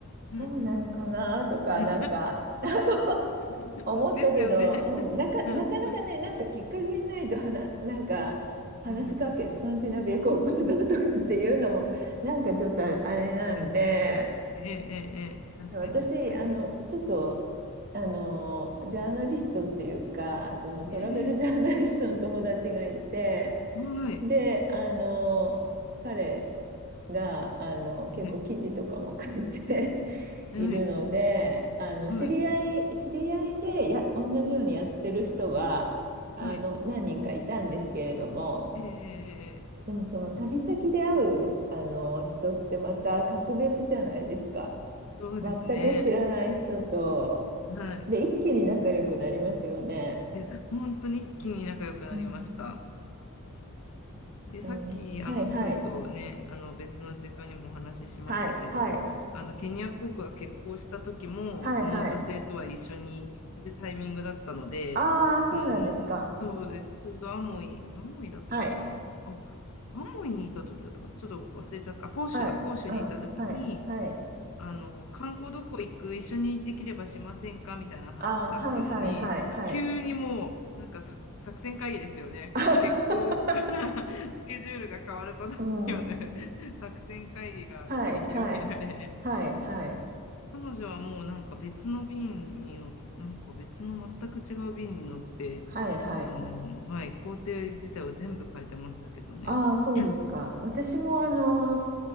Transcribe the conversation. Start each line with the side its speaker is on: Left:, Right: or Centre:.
Left: うんうん
Right: そうなのかなとか、
Left: うん。
Right: なんか、<laughs> あの、
Left: <laughs>
Right: 思ったけど、
Left: ですよね。
Right: うん、なか、
Left: うんう
Right: なかなかね、なんかきっかけがないとはな、なんか、話しかけ、
Left: ん、うん、確かに。
Right: スカンジナビア航空だとかっていうのも、なんかちょっとあれなんで、
Left: ええええええ確かに確かに。
Right: 私、あの、ちょっと、あの、ジャーナリストっていうか、そのトラベルジャーナリストの友達がいて、
Left: ええはい、
Right: で、あの、彼が、あの、結構記事とかも書いて
Left: はい、
Right: <laughs>
Left: はい、
Right: いるので、あの、
Left: はい、
Right: 知り合い、知り合いでや、同じようにやってる人は、あの、
Left: はい、
Right: 何人かいたんですけれども、
Left: えええええ
Right: でもその旅先で会う、あの、人ってまた格別じゃないですか。
Left: えそうですね。
Right: 全く知らない人と、
Left: はい。
Right: で、一気に仲良くなりますよね。
Left: いや、本当に一気に仲良くなりました。
Right: うん。
Left: で、
Right: なん、
Left: さっき、
Right: はいはい。
Left: あの、ちょっとね、あの、別の時間にもお話ししましたけど、
Right: はい、はい。
Left: あの、ケニア国が結婚した時も、
Right: はい、
Left: その女性とは一緒にいるタイミングだったので、
Right: はい。ああ、そうなんですか。
Left: あの、そうです。ちょうどアモイ、アモイだったかな。
Right: はい、
Left: あ、アモイにいた時だったかな。ちょっと忘れちゃった。あ、広州だ、
Right: はい。
Left: 広州にいた時に、
Right: うん、はい、はい。
Left: あの、観光どこ行く、一緒にできればしませんかみたいな話だったのに、
Right: ああ、はい、はい、はい、はい。
Left: 急にもう、なんかさ作戦会議ですよね。
Right: <laughs>
Left: この決行から <laughs> スケジュールが変わることによる
Right: うん。
Left: <laughs> 作戦会議が繰り広げられ、
Right: はい、はい。はい、はい。
Left: 彼女はもうなんか別の便に乗っ、なんか別の全く違う便に乗って、
Right: はい、はい。
Left: あの、はい、工程自体を全部変えてましたけどね。
Right: ああ、そうですか。
Left: <clears throat>
Right: 私もあの、